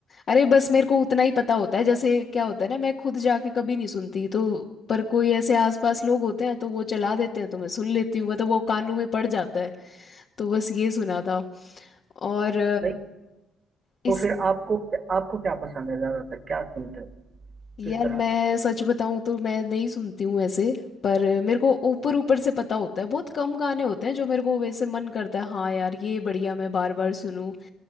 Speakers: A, on the left; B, on the right.
A: अरे बस मेरे को उतना ही पता होता है जैसे क्या होता है ना मैं खुद जाके कभी नहीं सुनती तो पर कोई ऐसे आसपास लोग होते हैं तो वो चला देते हैं तो मैं सुन लेती हूँ मतलब वो कानों में पड़ जाता है तो बस ये सुना था और
B: नहीं
A: अ,
B: तो फिर आपको आपको क्या पसंद है ज्यादातर क्या सुनते हो
A: यार
B: किस तरह
A: मैं
B: का
A: सच बताऊं तो मैं नहीं सुनती हूँ ऐसे पर मेरे को ऊपर ऊपर से पता होता है बहुत कम गाने होते हैं जो मेरे को वैसे मन करता है हाँ यार ये बढ़िया मैं बार बार सुनूं